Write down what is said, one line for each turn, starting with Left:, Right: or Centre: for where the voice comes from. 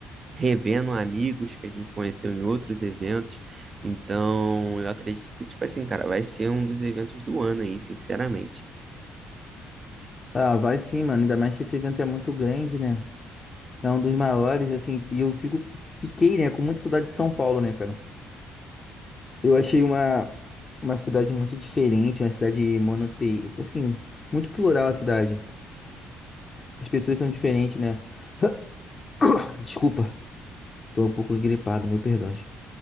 Right: revendo amigos que a gente conheceu em outros eventos. Então, eu acredito que, tipo assim, cara, vai ser um dos eventos do ano aí, sinceramente.
Left: Ah, vai sim, mano. Ainda mais que esse evento é muito grande, né? É um dos maiores, assim. E eu fico, fiquei, né, com muita saudade de São Paulo, né, cara? Eu achei uma, uma cidade muito diferente, uma cidade monote... Assim, muito plural a cidade. As pessoas são diferentes, né? <coughs> <clears throat> Desculpa, tô um pouco gripado, meu perdões.